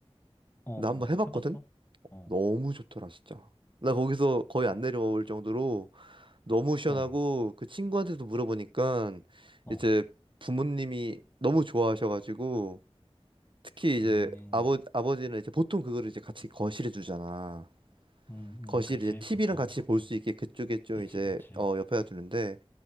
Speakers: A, on the left (about 20°); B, on the right (about 50°).
A: 어, 어,
B: 나 한번 해봤거든?
A: 해봤어? 어,
B: 너무 좋더라, 진짜. 나 거기서 거의 안 내려올 정도로 너무 시원하고
A: 어,
B: 그 친구한테도 물어보니까
A: 어.
B: 이제 부모님이 너무 좋아하셔가지고 특히 이제
A: 음,
B: 아버, 아버지는 이제 보통 그거를 이제 같이 거실에 두잖아.
A: 음,
B: 거실
A: 음, 그치,
B: 이제 TV랑
A: 보통.
B: 같이 볼
A: 어,
B: 수 있게 그쪽에 좀
A: 그치,
B: 이제
A: 그치.
B: 어, 옆에다 두는데